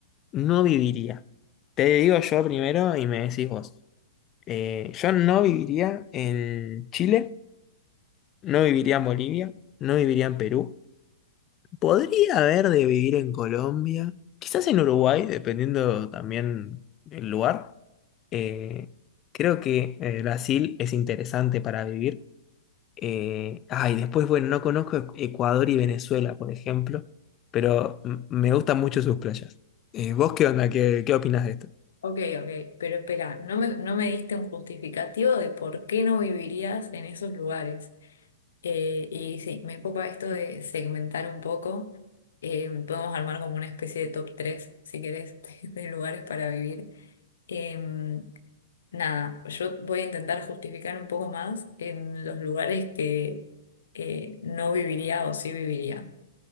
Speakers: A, on the left; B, on the left.
A: no viviría? Te digo yo primero y me decís vos. Eh, yo no viviría en Chile, no viviría en Bolivia, no viviría en Perú, Podría haber de vivir en Colombia, quizás en Uruguay, dependiendo también del lugar. Eh, creo que eh, Brasil es interesante para vivir. Eh, ah, después, bueno, no conozco Ecuador y Venezuela, por ejemplo, pero m- me gustan mucho sus playas. Eh, ¿vos qué onda? ¿Qué, qué opinas de esto?
B: Ok, ok, pero espera, no me, no me diste un justificativo de por qué no vivirías en esos lugares. Eh, y sí, me copa esto de segmentar un poco. Eh, podemos armar como una especie de top 3 si querés, <laughs> de lugares para vivir. Eh, nada, yo voy a intentar justificar un poco más en los lugares que eh, no viviría o sí viviría.